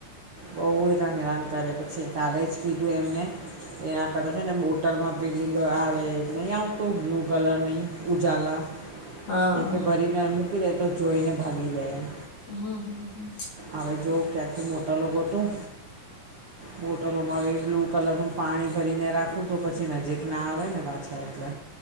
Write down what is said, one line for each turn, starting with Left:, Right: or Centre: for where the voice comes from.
Right: બહુ હેરાન હેરાન કરે પછી. કાલે જ કીધું એમને એ આ કરે છે ને બોટલમાં પેલી ગ આવે. એ નહી આવતું બ્લુ કલરની ઉજાલા
Left: હા
Right: એક ભરી ને મૂકી દે તો જોઈને ભાગી જાય એમ.
Left: હમ હમ હમ.
Right: હવે જો ક્યાંકથી બોટલો ગોતું. બોટલો મળી બ્લુ કલરનું પાણી ભરીને રાખું તો પછી નજીક ના આવે ને પાછ એટલે